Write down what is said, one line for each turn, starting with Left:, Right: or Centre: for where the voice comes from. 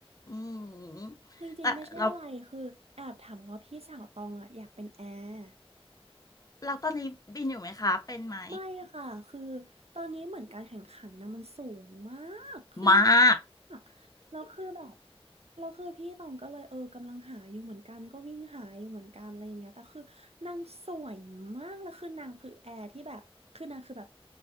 Left: อืม
Right: จริงๆไม่ใช่อะไรคือแอบถามเพราะว่าพี่สาวตองอ่ะอยากเป็นแอร์
Left: แต่เราเราตอนนี้บินอยู่ไหมคะเป็นไหม
Right: ไม่ค่ะคือตอนนี้เหมือนการแข่งขันนะมันสูงมากขึ้น
Left: มาก
Right: มากแล้วคือแบบเราคือพี่ตองก็เลยเออกำลังหาอยู่เหมือนกันก็วิ่งหาอยู่เหมือนกันอะไรอย่างเงี้ยแต่คือนางสวยมากแล้วคือนางคือแอร์ที่แบบคือนางคือแบบ